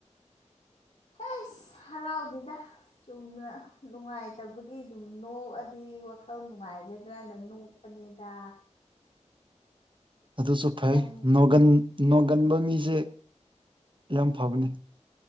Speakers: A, on the left; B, on the right.
A: ꯑꯁ ꯍꯔꯥꯎꯗꯦꯗ ꯆꯨꯝꯅ ꯅꯨꯡꯉꯥꯏꯇꯕꯒꯤ ꯑꯗꯨꯝ ꯅꯣꯛꯑ ꯗꯤ ꯋꯥꯈꯜ ꯅꯨꯡꯉꯥꯏꯒꯗ꯭ꯔꯅ ꯅꯣꯛꯄꯅꯦꯗ
B: ꯑꯗꯨꯁꯨ ꯐꯩ
A: ꯅꯪ
B: ꯅꯣꯡꯒꯟ ꯅꯣꯡꯒꯟꯕ ꯃꯤꯁꯦ ꯌꯥꯝ ꯐꯕꯅꯦ